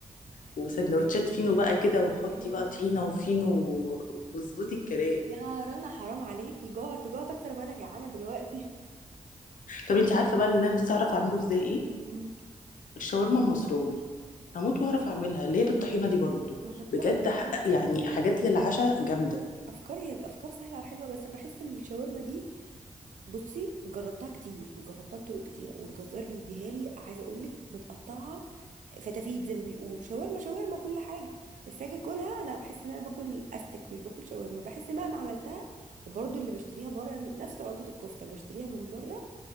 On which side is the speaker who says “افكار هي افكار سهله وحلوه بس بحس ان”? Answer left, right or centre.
Right